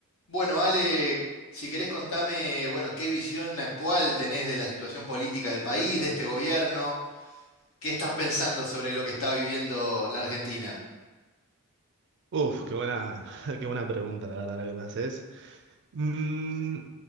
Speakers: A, on the left (about 65°); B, on the right (about 55°).
A: Bueno, Ale, si querés contame, bueno, qué visión actual tenés de la situación política del país, de este gobierno, qué estás pensando sobre lo que está viviendo la Argentina.
B: Uf, qué buena, <laughs> qué buena pregunta, la verdad, la que me haces. Mm, yo